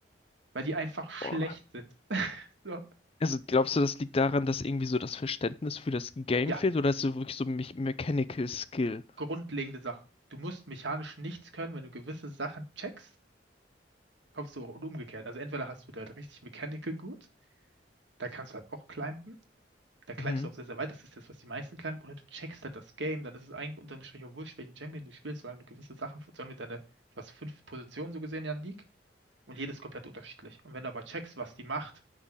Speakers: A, on the right; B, on the left.
A: weil die einfach schlecht
B: Boah.
A: sind. <laughs> So.
B: Also glaubst du, das liegt daran, dass irgendwie so das Verständnis für das Game
A: Ja,
B: fehlt oder ist es wirklich so Me Mechanical Skill?
A: grundlegende Sachen. Du musst mechanisch nichts können, wenn du gewisse Sachen checkst, kommst du hoch und umgekehrt. Also entweder hast du da halt richtig Mechanical gut, da kannst du halt auch climben, Da climbst
B: Mhm.
A: du auch sehr, sehr weit. Das ist das, was die meisten climben. Oder du checkst halt das Game. Dann ist es eigentlich unterm Strich auch wurscht, welchen Champion du spielst, solange du gewisse Sachen, solange du deine, du hast fünf Positionen so gesehen ja in der League und jedes komplett unterschiedlich. Und wenn du aber checkst, was die macht,